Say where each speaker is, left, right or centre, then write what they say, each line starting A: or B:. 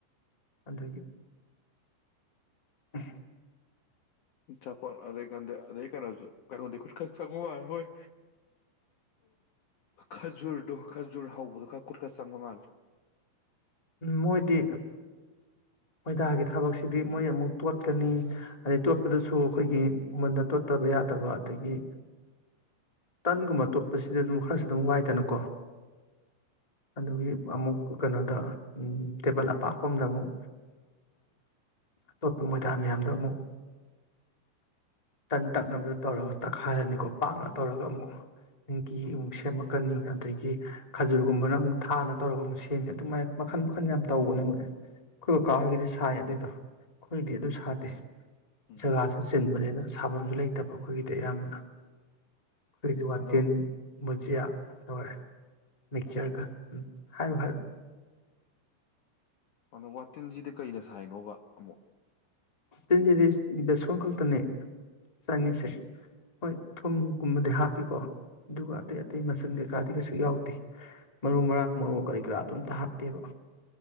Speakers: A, on the left; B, on the left.
A: ꯑꯗꯒꯤ ꯑ
B: ꯆꯄꯜ ꯑꯗꯩ ꯀꯗ ꯑꯗꯩ ꯀꯩꯅꯁꯨ ꯀꯩꯅ ꯆꯣꯏ ꯈꯖꯨꯔꯗꯣ ꯈꯖꯨꯔ ꯍꯧꯕꯗꯨꯣ ꯈ ꯀꯨꯀꯔꯀ ꯁꯒꯃꯜ
A: ꯃꯣꯏꯗꯤ ꯃꯣꯏꯗꯥꯒꯤ ꯊꯕꯛꯁꯤꯗꯤ ꯃꯣꯏ ꯑꯃꯨꯛ ꯇꯣꯠꯀꯅꯤ ꯑꯗꯩ ꯇꯣꯠꯄꯗꯁꯨ ꯑꯩꯈꯣꯏꯒꯤ ꯃꯨꯟꯅ ꯇꯣꯠꯇꯕ ꯌꯥꯗꯕ ꯑꯗꯒꯤ ꯇꯟꯒꯨꯝꯕ ꯇꯣꯠꯄꯁꯤꯗꯤ ꯑꯗꯨꯝ ꯈꯔꯁꯨ ꯑꯗꯨꯝ ꯋꯥꯏꯗꯅꯀꯣ ꯑꯗꯨꯒꯤ ꯑꯃꯨꯛ ꯀꯩꯅꯣꯗ ꯇꯦꯕꯜ ꯑꯄꯥꯛꯄ ꯑꯃꯗ ꯑꯃꯨꯛ ꯑꯇꯣꯞꯄ ꯃꯣꯏꯗꯥ ꯃꯌꯥꯝꯗ ꯑꯃꯨꯛ ꯇꯟ ꯇꯛꯅꯕꯗ ꯇꯧꯔꯒ ꯇꯛꯈꯥꯏꯔꯅꯤꯀꯣ ꯄꯥꯛꯅ ꯇꯧꯔꯒ ꯑꯃꯨꯛ ꯅꯤꯡꯀꯤ ꯑꯃꯨꯛ ꯁꯦꯝꯃꯛꯀꯅꯤ ꯑꯗꯒꯤ ꯈꯖꯨꯔꯒꯨꯝꯕꯅ ꯑꯃꯨꯛ ꯊꯥꯅ ꯇꯧꯔꯒ ꯑꯃꯨꯛ ꯁꯦꯝꯃꯤ ꯑꯗꯨꯃꯥꯏꯅ ꯃꯈꯜ ꯃꯈꯜ ꯌꯥꯝ ꯇꯧꯕꯅꯦ ꯃ ꯑꯦ ꯑꯩꯈꯣꯏ ꯀꯀꯥ ꯍꯣꯏꯒꯤꯗꯤ ꯁꯥꯏ ꯑꯗꯨꯏꯗꯣ ꯑꯩꯈꯣꯏꯒꯤꯗꯤ ꯑꯗꯨ ꯁꯥꯗꯦ
B: ꯎꯝ
A: ꯖꯒꯥꯁꯨ ꯆꯤꯟꯕꯅꯤꯅ ꯁꯥꯐꯝꯁꯨ ꯂꯩꯇꯕ ꯑꯩꯈꯣꯏꯒꯤꯗꯤ ꯑꯌꯥꯝꯕꯅ ꯑꯩꯈꯣꯏꯗꯤ ꯋꯥꯇꯤꯟ
B: ꯑꯗꯣ
A: ꯕꯨꯖꯤꯌꯥ
B: ꯎꯝ
A: ꯂꯣꯏꯔꯦ ꯃꯤꯛꯆꯔꯒ ꯎꯝ ꯍꯥꯏꯌꯨ ꯍꯥꯏꯌꯨ
B: ꯑꯗꯣ ꯋꯥꯇꯤꯟꯁꯤꯗꯤ ꯀꯩꯅ ꯁꯥꯏꯅꯣꯕ ꯑꯃꯨꯛ
A: ꯆꯤꯟꯁꯤꯗꯤ ꯕꯦꯁꯣꯟ ꯈꯛꯇꯅꯦ ꯆꯪꯉꯤꯁꯦ ꯍꯣꯏ ꯊꯨꯝꯒꯨꯝꯕꯗꯤ ꯍꯥꯞꯄꯤꯀꯣ ꯑꯗꯨꯒ ꯑꯇꯩ ꯑꯇꯩ ꯃꯆꯜ ꯀꯩꯀꯥꯗꯤ ꯀꯩꯁꯨ ꯌꯥꯎꯗꯦ ꯃꯔꯨ ꯃꯔꯥꯡ ꯃꯔꯣꯛ ꯀꯔꯤ ꯀꯔꯥ ꯑꯗꯨꯝꯇ ꯍꯥꯞꯇꯦꯕ